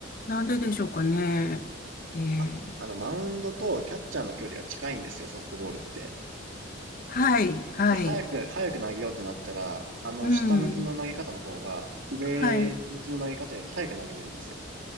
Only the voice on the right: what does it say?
あ、あの、マウンドとキャッチャーの距離が近いんですよ、ソフトボールって。
で、早く、早く投げようってなったら、あの、
下向きの投げ方の方が、上向きの投げ方より早く投げれるんですよ。